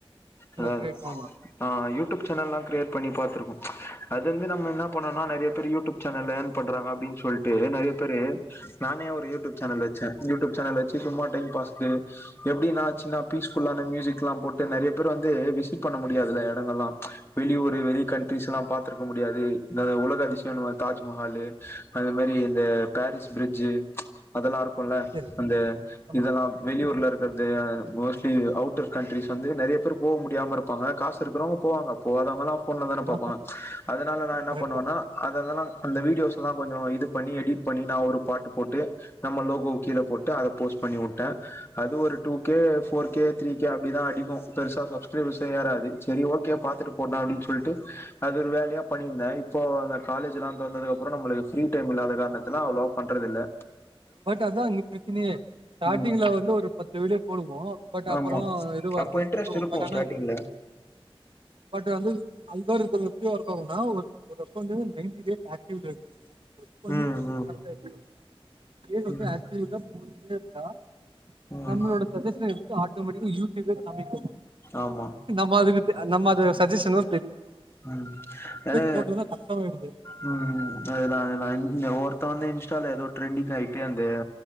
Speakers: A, on the left; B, on the right.
A: அதாது
B: கிரியேட் பண்லா
A: அ யூடியூப் சேனல்லா க்ரியேட் பண்ணி பாத்துருக்கோ அது வந்து நம்ம என்ன பண்ணோனா நறிய பேர் யூடியூப் சேனல்ல இயர்ன் பண்றாங்க அப்டின் சொல்ட்டு நெறைய பேரு நானே ஒரு யூடியூப் சேனல் வச்சே யூடியூப் சேனல் வச்சு சும்மா டைம் பாஸ்கு எப்டின்னா சின்னா பீஸ் அந்த மியூசிக்லாம் போட்டு நெறைய பேர் வந்து விசிட் பண்ண முடியாதுல எடங்கள்லாம் வெளியூரு வெளி
B: ஆமா
A: கண்ட்ரிஸ்ல்லா பாத்திருக் கமுடியாது இந்த உலக அதிசயனுவ தாஜ்மஹாலு அது மாரி இந்த பாரீஸ் ப்ரிட்ஜு அதெல்லாருக் குல்ல
B: சரி
A: அந்த
B: ஆமா
A: இதெல்லா வெளியூர்ல பண்றது ஆயிரம் போஸ்ட் டு அவுட்டர் கண்ட்ரிஸ் வந்து நறிய பேர் போக முடியாம இருப்பாங்க காசு இருக்கிறவங்க போவாங்க போகாதவங்கலா ஃபோன்ல தான
B: ஆமா
A: பாப்பாங்க அதனால நா என்ன
B: கரெக்ட்
A: பண்ணுவன்னா
B: தா
A: அதெல்லா அந்த வீடியோஸ் எல்லா கொஞ்சொ இது பண்ணி எடிட் பண்ணி நா ஒரு பாட்டு போட்டு நம்ம லோகோ கீழ போட்டு அத போஸ்ட் பண்ணிவுட்டே அது ஒரு two K four K three K அப்டிதா அடிக்கு பெருசா சப்ஸ்கிரைபர்ஸே ஏறாது செரி ஓகே பாத்துட்டு போடலா அப்டின் சொல்ட்டு அது ஒரு வேலையா பண்ணிருந்தே இப்போ அந்த காலேஜுலா தொறந்ததுக்கப்பறொ நம்மளுக்கு ஃப்ரீடைம் இல்லாத காரணத்துல்லா அவ்ளவா பண்றதில்ல
B: பட் அதா இங்க ப்ரச்சனையே ஸ்டார்டிங்ல
A: ம்
B: வந்து ஒரு பத்து வீடியோ போடுவோ வோ பட் அப்புறோ
A: ஆமா
B: எது வர்லன்
A: அப்ப இன்ட்ரெஸ்ட்
B: விட்ருவோ
A: இருக்கு
B: பட் ஆனா
A: ஸ்டார்டிங்ல
B: பட் வந்து அல்காரிதம் <unintelligible> நைன்ட்டி டேஸ் ஆக் <unintelligible> ஒர்க் பண்ணி
A: ம்
B: <unintelligible>
A: ம்
B: தே வந்து
A: ம்
B: அக்யூரேட்டா போட்டுட்டே இருந்தா
A: ம்
B: நம்மளோட சஜ்ஜஷனுக்கு ஆட்டோமேட்டிக்கா யூ ட்யூபே காமிக்குமா
A: ஆமா
B: நம்ம அதுக்கு நம்மது சஜ்ஜஷனு
A: உம் எனா
B: போட்டோனா கஷ்டமாயிடுது
A: உம் அதுதா அதுதா இங்க ஒர்க் இப்ப வந்து இன்ஸ்டால எதோ ட்ரெண்டிங் ஆயிட்டு அந்த